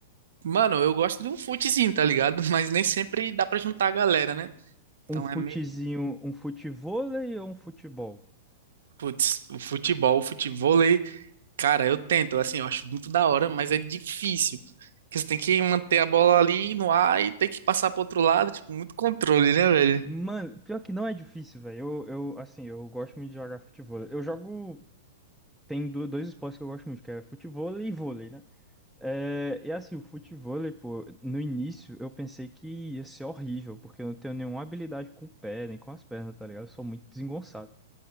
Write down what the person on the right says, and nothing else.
Mano, eu gosto de um futezinho, tá ligado? <laughs> Mas nem sempre dá pra juntar a galera, né? Então
é meio,
putz, o futebol, o futevôlei, cara, eu tento, assim, eu acho muito da hora, mas é difícil. Porque você tem que manter a bola ali no ar e tem que passar pro outro lado, tipo, muito controle, né, velho?